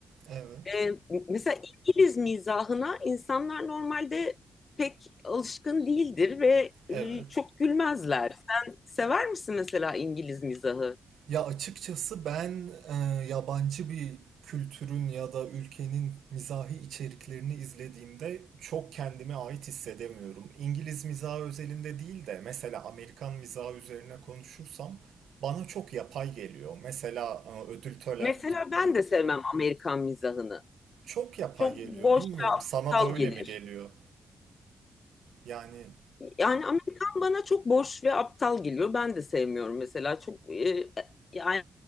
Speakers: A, on the right; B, on the left.
A: Evet.
B: e, mesela İngiliz mizahına insanlar normalde pek alışkın değildir ve
A: Evet.
B: e, çok gülmezler. Sen sever misin mesela İngiliz mizahı?
A: Ya açıkçası ben e, yabancı bir kültürün ya da ülkenin mizahi içeriklerini izlediğimde çok kendime ait hissedemiyorum. İngiliz mizahı özelinde değil de mesela Amerikan mizahı üzerine konuşursam bana çok yapay geliyor. Mesela e, ödül töre-
B: Mesela ben de sevmem Amerikan mizahını.
A: Çok yapay
B: Çok
A: geliyor.
B: boş
A: Bilmiyorum
B: ve
A: sana
B: aptal
A: da öyle
B: gelir.
A: mi geliyor? Yani
B: Yani Amerikan bana çok boş ve aptal geliyor. Ben de sevmiyorum mesela. Çok e, yani